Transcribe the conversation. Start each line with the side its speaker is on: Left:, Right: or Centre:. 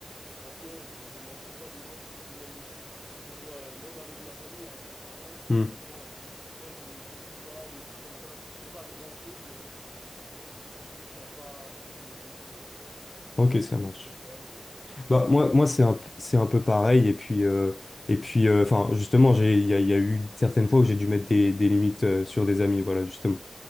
Centre: franchement, je ne m'entoure pas de gens qui me demandent des choses, que ce soit euh, même avec ma famille, hein, mes parents, quand
Left: Hmm.
Centre: vraiment, euh, soit je les déçois ou des trucs comme ça pour pas grand-chose. euh, je- je- J'y tiens pas forcément compte, mais euh,
Left: Ok,
Centre: toi, je sais
Left: ça
Centre: pas
Left: marche.
Centre: si c'est le cas, mais voilà.
Left: Bah,
Centre: En tout cas,
Left: moi, moi c'est un, c'est un peu pareil. Et puis, euh, et puis euh, enfin, justement, j'ai, il y a, il y a eu certaines fois où j'ai dû mettre des, des limites euh, sur des amis. Voilà, justement.